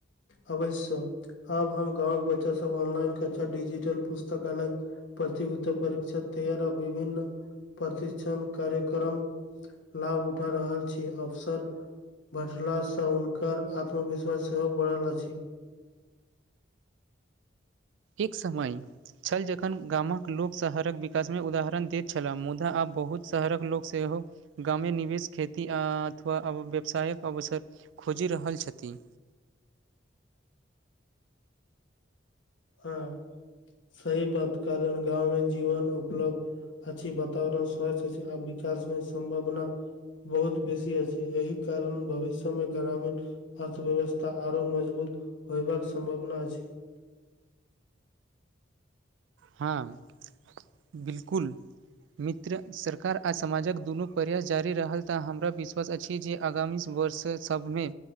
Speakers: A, on the left; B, on the right.
A: अवश्य आब हम गाँवक बच्चा सब ऑनलाइन कक्षा डिजिटल पुस्तकालय प्रतियोगिता परीक्षा तैयार आ विभन्न प्रशिक्षण कार्यक्रम लाभ उठा रहल छी अवसर बढ़लासँ हुनकर आत्मविश्वास सेहो बढ़ल अछि
B: एक समय छल जखन गामक लोक शहरक विकासमे उदाहरण दैत छला मुदा आब बहुत शहरक लोक सेहो गामे निवेश खेती आ अथवा व्यवसायके अवसर खोजी रहल छथी
A: हँ सही बात कारण ग्रामक जीवन उपलब्ध अछि वातावरण स्वस्थ अछि आ विकास मे सम्भावना बहुत बेसी अछी एही कारण भविष्य मे ग्रामीण अर्थ व्यवस्था आरो मजबूत होयबाक सम्भावना अछि
B: हँ बिल्कुल मित्र सरकार आ समाजक दुनू प्रयास जारी रहल तऽ हमरा विश्वास अछि जे आगामी वर्ष तैय सबमे